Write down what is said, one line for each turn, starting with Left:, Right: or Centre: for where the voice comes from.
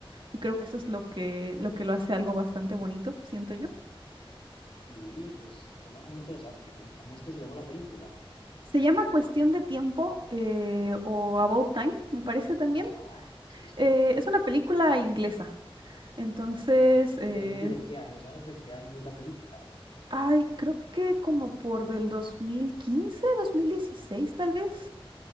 Right: Y creo que eso es lo que, lo que lo hace algo bastante bonito, siento yo.
Left: Y pues suena muy interesante. ¿Cómo, cómo es que se llama la película?
Right: Se llama Cuestión de Tiempo eh, o About Time, me parece también.
Left: Ajá, sí, sí.
Right: Eh, es una película inglesa. Entonces, eh,
Left: ¿Y de, y de qué año? ¿Sabes de qué año es la película?
Right: ay, creo que como por del 2015, 2016 tal vez.